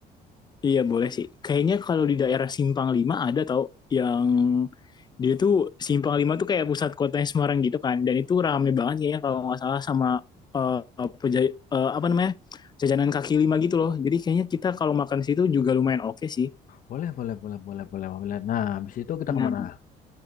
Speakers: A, on the left; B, on the left.
A: Iya boleh sih. Kayaknya kalau di daerah Simpang Lima ada tau yang dia tuh Simpang Lima tuh kayak pusat kotanya Semarang gitu kan. Dan itu rame banget kayaknya kalau nggak salah sama eh, peja- eh, apa namanya jajanan kaki lima gitu loh. Jadi kayaknya kita kalau makan di situ juga lumayan oke sih.
B: Boleh, boleh, boleh, boleh, boleh, boleh. Nah, habis itu kita
A: Nah,
B: kemana?